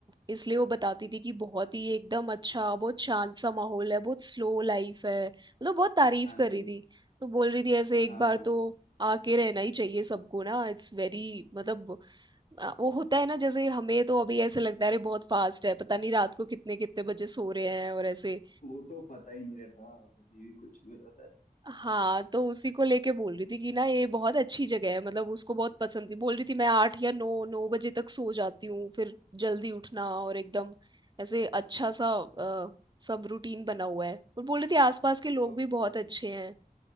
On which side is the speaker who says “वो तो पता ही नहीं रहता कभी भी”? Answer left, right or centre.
Left